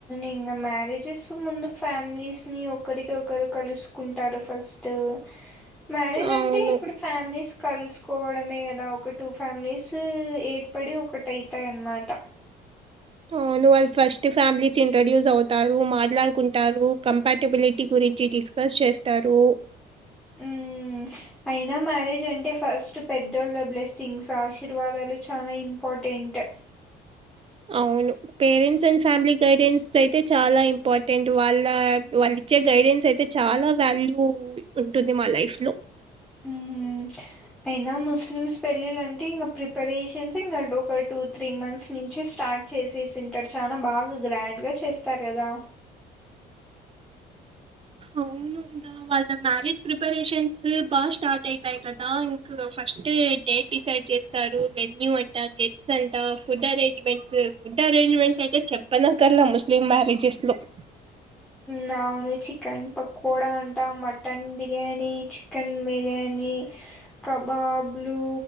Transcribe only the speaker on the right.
<inaudible>
అవును
ఊ నువ్ వాళ్ ఫస్ట్ ఫ్యామిలీస్ ఇంట్రొడ్యూస్ అవుతారూ మాట్లాడుకుంటారూ కంపాటబిలిటీ గురించి తీసుకు పస్ చేస్తారూ
అవును పేరెంట్స్ అండ్ ఫ్యామిలీ గైడెన్స్ అయితే చాలా ఇంపార్టెంట్ వాల్లా వాళ్ళు ఇచ్చే గైడెన్స్ అయితే చాలా వాల్యూ ఉంటుంది మా లైఫ్ లో <inaudible>
అవును అంద వాళ్ళ మ్యారేజ్ ప్రిపరేషన్సు బా స్టార్ట్ అయితాయి కదా ఇంట్లో ఫస్ట్ డేట్ డిసైడ్ చేస్తారు మెన్యూ అంట గెస్ట్ అంట ఫుడ్ అరేంజ్మెంట్స్ ఫుడ్ అరేంజ్మెంట్స్ అయితే చెప్పనకర్లా ముస్లిం మ్యారేజెస్ లో <inaudible>